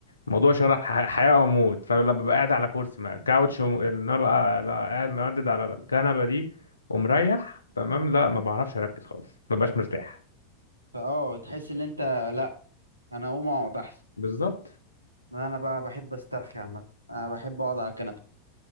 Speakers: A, on the left (about 75°); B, on the right (about 85°).
A: موضوع شرف ح- حياة وموت فلما ببقى قاعد على كرسي ما كاوتش وم- اللي انا بقى لا قاعد مردد على الكنبة دي ومريح تمام لا ما بعرفش اركز خالص ما ببقاش مرتاح
B: فاه تحس ان انت لا انا اقوم اقعد احسن
A: بالظبط
B: ما انا بقى بحب استرخي عامه انا بحب اقعد على الكنبه